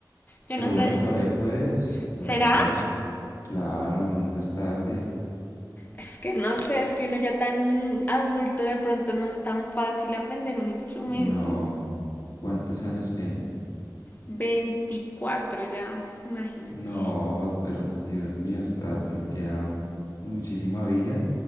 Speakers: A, on the left; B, on the left.
A: Yo
B: Pero
A: no
B: bueno,
A: sé,
B: todavía puedes, todavía
A: ¿será?
B: puedes. Claro, nunca es tarde.
A: Es que no sé, es que uno ya tan adulto de pronto no es tan fácil aprender un instrumento.
B: No, ¿cuántos años tienes?
A: 24 ya, imagínate.
B: No, pero Dios mío, está, te queda un- muchísima vida.